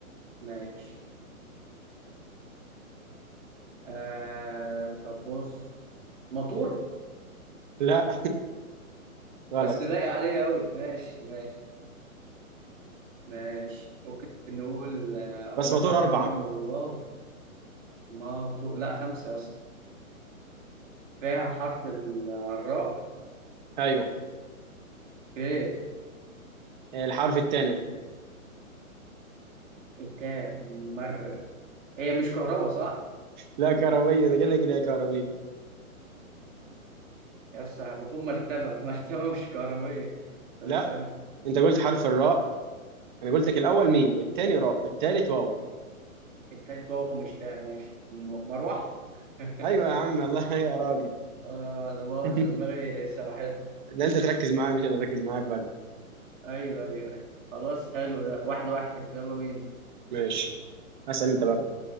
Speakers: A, on the right; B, on the right.
A: ماشي آه طب بص مطور
B: لا <laughs> غلط
A: بس لايق عليا قوي ماشي ماشي ماشي ممكن نقول آه، قلنا
B: بس مطور
A: حرف
B: أربعة
A: الميم والواو ما تو... لا خمسة يا اسطى فيها حرف ال- الراء
B: أيوه
A: في
B: آه، الحرف الثاني
A: التاء مر هي مش كهرباء صح؟
B: لا كهربية أنا جاي لك إن هي كهربية
A: يا اسطى المفروض مرتبة <laughs> مرتبة مش كهربية طب
B: لا
A: استنى
B: أنت قلت حرف الراء انا قلت لك الاول ميم والتاني راء والتالت واو
A: التالت واو مش تاء ماشي م... مروح <laughs>
B: ايوه يا عم الله يا راجل
A: اه لا مؤاخذة
B: <laughs>
A: دماغي سوحتني
B: لا انت تركز معايا مش انا اركز معاك بقى
A: ايوه ايوه ايوه خلاص حلو ده واحد واحد يلا بينا
B: ماشي اسال انت بقى